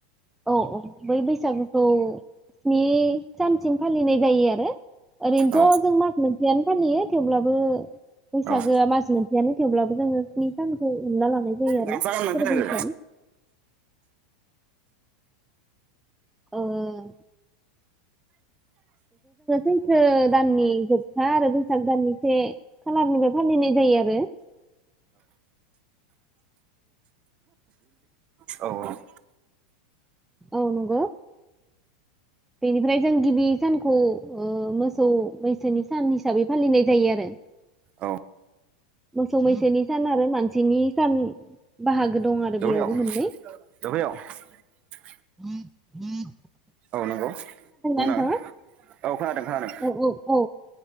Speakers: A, in the centre; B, on the right.
A: औ औ बै बैसागु खौ स्नि सानसिम फालिनाय जायो आरो ओरैनोथ'
B: औ
A: जों मास मोनसेयानो फालियो थेवब्लाबो बैसागोआ
B: औ
A: मास मोनसेयानो थेवब्लाबो जोङो स्नि सानखौ हमना लानाय जायो आरो
B: गामसा गाननानै
A: फोरबो
B: फैनांगो
A: हिसाबै ओम सैथो दाननि जोबथा आरो बैसाग दाननि से खालारनिफ्राय फालिनाय जायो आरो
B: <unintelligible> <unintelligible> औऔ
A: औ नोंगौ बेनिफ्राय जों गिबि सानखौ ओ मोसौ मैसोनि सान हिसाबै फालिनाय जायो आरो
B: औ
A: मोसौ मैसोनि सान आरो मानसिनि सान बाहागो
B: <unintelligible>
A: दं आरो बेयावबो मोननै <unintelligible>
B: औ नंगौ बुंनांगोन
A: नोंथाङा
B: औ खोनादों खोनादों
A: औ औ औ